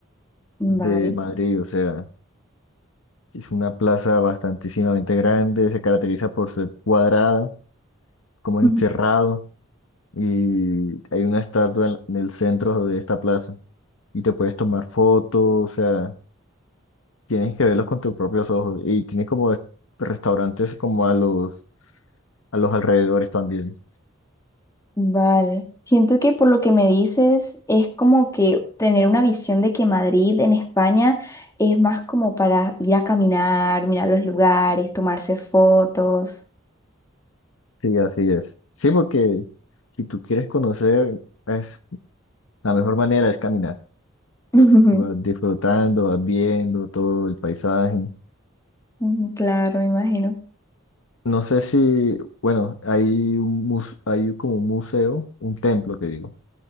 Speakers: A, on the left; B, on the left.
A: vale.
B: de Madrid, o sea, es una plaza bastantísimamente grande, se caracteriza por ser cuadrada, como
A: Ujú.
B: encerrado, y hay una estatua en, en el centro de esta plaza, y te puedes tomar fotos, o sea, tienes que verlos con tus propios ojos, y tiene como es- restaurantes como a los, a los alrededores también.
A: Vale. Siento que por lo que me dices es como que tener una visión de que Madrid en España es más como para ir a caminar, mirar los lugares, tomarse fotos.
B: Sí, así es. Sí, porque si tú quieres conocer, es, la mejor manera es caminar.
A: <laughs>
B: Tú vas disfrutando, vas viendo todo el paisaje.
A: Mm, Claro, me imagino.
B: No sé si, bueno, hay un mus- hay como un museo, un templo que digo,